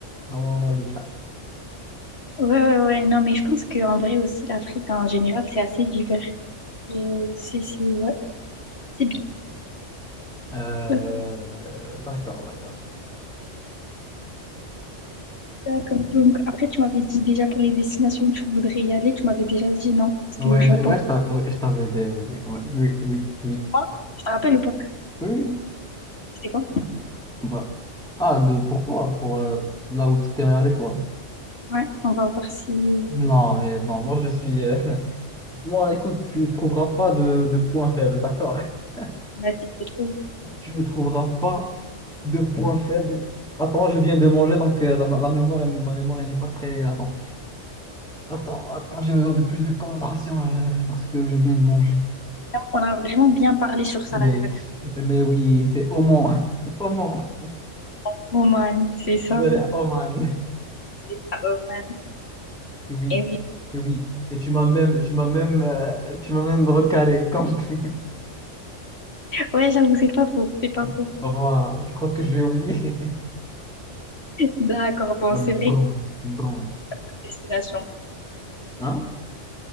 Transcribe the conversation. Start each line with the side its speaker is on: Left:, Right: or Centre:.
Centre: à mon avis.
Left: Ouais, ouais, ouais. Non, mais je pense qu'en vrai aussi, l'Afrique en général, c'est assez divers. Euh, c'est, c'est, ouais, c'est bien.
Centre: Euh,
Left: Euh,
Centre: d'accord, d'accord.
Left: d'accord. Donc, après, tu m'avais dit déjà pour les destinations où tu voudrais y aller, tu m'avais déjà dit non, c'était
Centre: Oh,
Left: le
Centre: ouais,
Left: Japon.
Centre: je, ouais, je t'a- ouais, je t'avais déjà dit. Ouais, oui, oui, oui.
Left: Ah, Tu te rappelles ou pas?
Centre: Oui. oui.
Left: C'était quoi?
Centre: Bah, ah, de, pour toi, pour euh, là où tu t'es allé, toi.
Left: Ouais, on va voir si,
Centre: Non, mais non, moi je suis. euh, <laughs> Moi, écoute, tu ne trouveras pas de, de points faibles, d'accord? <laughs>
Left: bah, si je trouve.
Centre: Tu ne trouveras pas de points faibles. Attends, je viens de manger, donc euh, la, la mémoire, est- ma mémoire elle n'est pas très. Attends, attends, attends, j'ai besoin de plus de concentration euh, parce que je viens de manger.
Left: On a vraiment bien parlé sur ça
Centre: Mais,
Left: la dernière
Centre: mais oui, c'est Oman. <laughs> Oman.
Left: fois. Oman, c'est ça.
Centre: Tu vas aller à Oman.
Left: C'est ça, Oman.
Centre: Et Oui.
Left: Et oui.
Centre: Et oui. Et tu m'as même, tu m'as même, euh, tu m'as même recalé <laughs> quand je t'ai-
Left: Ouais, j'avoue, c'est pas faux. C'est pas
Centre: <laughs>
Left: faux.
Centre: Voilà. Tu crois que je vais oublier? <laughs>
Left: D'accord, bon,
Centre: Euh,
Left: c'est
Centre: Bon,
Left: vrai que
Centre: bon.
Left: c'est une destination.
Centre: Hein?